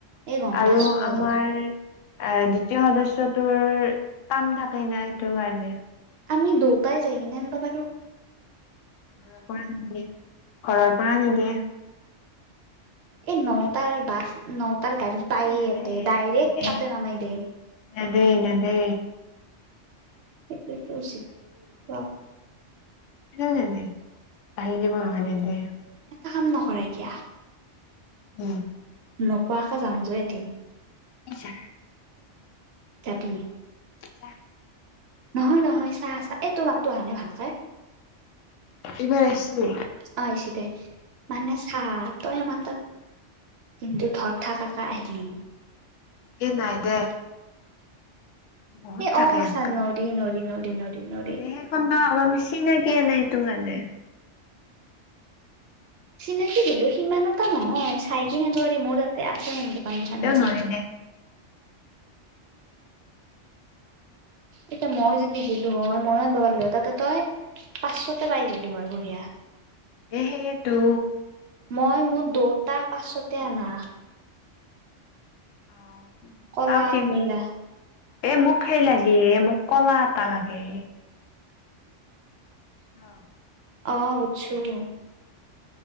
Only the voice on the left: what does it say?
আৰু
আমাৰ এ দ্বিতীয় সদস্যটোৰ কাম থাকে না সেইটো কাৰণে।
ঘৰৰ পৰা নিদিয়ে, ঘৰৰ পৰা নিদিয়ে।
এ নেদে
নেদে
নেদে নেদে
এনে দে বাহি যাব নহলে দে
উম
নিচা
পিজ্জা
এইবাৰ আহিছিলো
এ নাই দে বহুত
থাকে
এনেকে।
ন সেইখন আাৰি চিনাকিয়ে নাইটো কাৰণে।
হ'লেও
নৰি দে <unintelligible>
এহেটো
কৰো
অ
চাও কি কৰো
এ মোক সেই লাগে এ মোক কলা এটা লাগে। হা